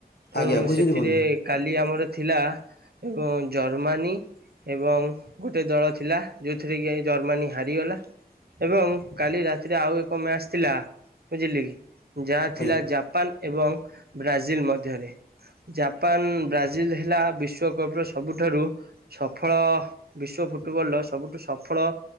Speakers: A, on the right; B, on the left.
A: ତେଣୁ
B: ଆଜ୍ଞା ବୁଝିଲି
A: ସେଥିରେ
B: ବନ୍ଧୁ
A: କାଲି ଆମର ଥିଲା ଏବଂ ଜର୍ମାନୀ ଏବଂ ଗୋଟିଏ ଦଳ ଥିଲା। ଯଉଥିରେ କି ଆଇ ଜର୍ମାନୀ ହାରିଗଲା। ଏବଂ କାଲି ରାତିରେ ଆଉ ଏକ ମ୍ୟାଚ୍ ଥିଲା ବୁଝିଲେ କି? ଯାହା ଥିଲା
B: ଆଜ୍ଞା
A: ଜାପାନ୍ ଏବଂ ବ୍ରାଜିଲ୍ ମଧ୍ୟରେ। ଜାପାନ୍ ବ୍ରାଜିଲ୍ ହେଲା ବିଶ୍ବକପ୍ ର ସବୁଠାରୁ ସଫଳ ବିଶ୍ୱ ଫୁଟବଲ୍ ସ ସବୁଠୁ ସଫଳ